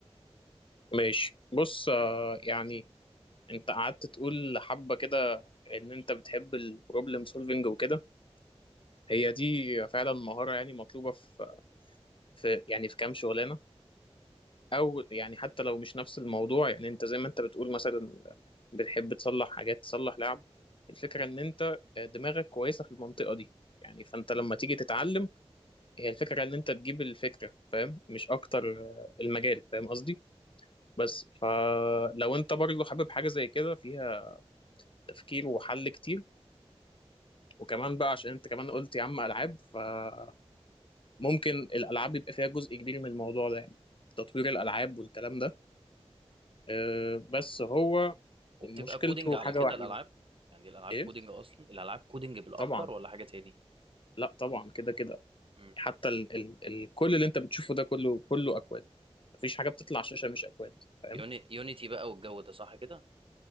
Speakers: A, on the left; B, on the right.
A: ماشي بص آه يعني أنت قعدت تقول حبة كده إن أنت بتحب البروبلم سولفنج وكده هي دي فعلا مهارة يعني مطلوبة في في يعني في كام شغلانة او يعني حتى لو مش نفس الموضوع يعني انت زي ما انت بتقول مثلا بتحب تصلح حاجات تصلح لعب الفكره ان انت آه، دماغك كويسه في المنطقه دي يعني فانت لما تيجي تتعلم هي الفكره ان انت تجيب الفكره فاهم مش اكتر آه، المجال فاهم قصدي بس فلو انت برضه حابب حاجه زي كده فيها تفكير وحل كتير وكمان بقى عشان انت كمان قلت يا عم العاب فممكن الالعاب يبقى فيها جزء كبير من الموضوع ده يعني تطوير الالعاب والكلام ده آه، بس هو
B: وبتبقى
A: مشكلته
B: كودنج على
A: حاجة
B: كده
A: واحدة
B: الالعاب يعني الالعاب
A: ايه
B: كودنج اصلا الالعاب كودنج بالاكتر
A: طبعا
B: ولا حاجه تاني
A: لا طبعا كده كده
B: مم.
A: حتى ال ال ال كل اللي انت بتشوفه ده كله كله اكواد مفيش حاجة بتطلع على الشاشة مش اكواد فاهم
B: يوني... يونيتي بقى والجو ده صح كده